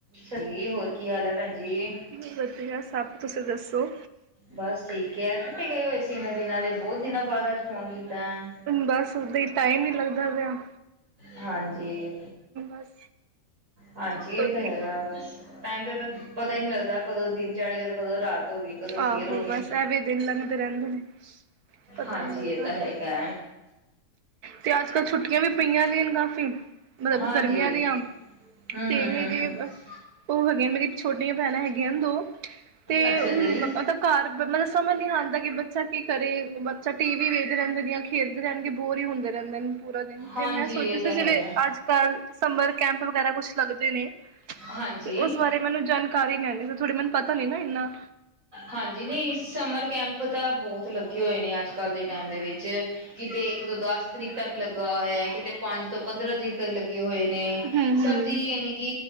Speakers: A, on the right; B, on the right.
A: ਸੀ -ਹੋਰ ਕੀ ਹਾਲ ਹੈ ਭੈਣ ਜੀ।
B: ਵਧੀਆ ਸਭ ਤੁਸੀਂ ਦੱਸੋ।
A: ਬਸ ਠੀਕ ਹੈ ਕਿੱਥੇ ਗਏ ਹੋਏ ਸੀ, ਇਹਨਾਂ ਦਿਨਾਂ ਦੇ ਬਹੁਤ ਦਿਨਾਂ ਬਾਅਦ ਅੱਜ ਫੋਨ ਕੀਤਾ। ਹੈ।
B: ਬਸ ਉਦ ਹੀ ਟਾਈਮ ਨੀ ਲੱਗਦਾ ਦ <inaudible>
A: ਹਾਂਜੀ-
B: ਬਸ
A: ਹਾਂਜੀ,
B: ਉੱਤੋਂ
A: ਇਹ ਤਾਂ
B: ਦੀ
A: ਹੈਗਾ ਬਸ ਟਾਈਮ ਤੇ ਤਾਂ ਪਤਾ ਹੀ ਨਹੀਂ ਲੱਗਦਾ। ਕਦੋਂ ਦਿਨ ਚੜ੍ਹ ਗਿਆ, ਤੇ ਕਦੋਂ ਰਾਤ ਹੋ ਗਈ ਕਦੋਂ ਸਵੇਰ
B: ਆਹੋ
A: ਹੋ ਗਈ
B: ਬਸ ਐਵੇਂ ਦਿਨ ਲੰਘਦੇ ਰਹਿੰਦੇ ਨੇ, ਪਤਾ
A: ਹਾਂਜੀ
B: ਨੀ ਲੱਗਦਾ
A: ਇਹ ਤਾਂ ਹੈਗਾ
B: ਤੇ ਅੱਜ ਕੱਲ ਛੁੱਟੀ ਵੀ ਪਈਆਂ ਨੇਨ ਕਾਫੀ ਮਤਲਬ
A: ਹਾਂਜੀ
B: ਗਰਮੀਆਂ ਦੀਆਂ
A: ਹੂੰ
B: ਤੇ
A: ਹੂੰ
B: ਮਲੇ
A: ਹੂੰ
B: ਦੇ
A: ਹੂੰ
B: ਉਹ ਹੈਗੇ ਨੇ ਮੇਰੀ <inaudible> ਛੋਟੀਆਂ ਭੈਣਾਂ ਹੈਗੀ ਦੋ ਤੇ
A: ਅੱਛਾ
B: <inaudible> ਹ ਉਹ
A: ਜੀ
B: ਤਾਂ ਘਰ ਮਤਲਬ ਸਮਝ ਨੀ ਆਉਂਦਾ ਕਿ, ਬੱਚਾ ਕੀ ਕਰੇ ਬੱਚਾ ਟੀ ਵੀ ਵੇਖਦੇ ਰਹਿੰਦੇ ਨੇ, ਖੇਡਦੇ ਰਹਿਣਗੇ। ਬੋਰ ਹੀ ਹੁੰਦੇ ਰਹਿੰਦੇ ਨੇ ਪੂਰਾ ਦਿਨ ਤੇ
A: ਹਾਂਜੀ
B: ਮੈਂ ਸੋਚਿਆ
A: ਇਹ
B: ਸੀ
A: ਤਾਂ
B: ਜਿਵੇ
A: ਹੈਗਾ
B: ਅੱਜ -ਕੱਲ ਸਮਰ ਕੈਂਪ ਵਗੈਰਾ ਕੁਛ ਲੱਗਦੇ ਨੇ,
A: ਹਾਂਜੀ
B: ਤੇ ਉਸ ਬਾਰੇ ਮੈਨੂੰ ਜਾਣਕਾਰੀ ਨੀ ਆਉਂਦੀ ਸੀ, ਥੋੜੀ ਮੈਨੂੰ ਪਤਾ ਨੀ ਨਾ ਇਨਾ।
A: ਹਾਂਜੀ ਨਹੀਂ ਸਮਰ ਕੈਂਪ ਤਾਂ ਬਹੁਤ ਲੱਗੇ ਹੋਏ ਨੇ ਅੱਜ ਕੱਲ੍ਹ ਦੇ ਟਾਈਮ ਦੇ ਵਿੱਚ ੱਚੇ ਕਿਤੇ ਇੱਕ ਤੋਂ ਦਸ ਤਰੀਕ ਤੱਕ ਲੱਗ ਕਿਤੇ ਪੰਜ ਤੋਂ ਪੰਦਰਾਂ ਤਰੀਕ ਤੱਕ ਲੱਗੇ ਹੋਏ
B: ਹਮ
A: ਸਭ
B: ਹਮ
A: ਦੀ ਯਾਨੀ ਕਿ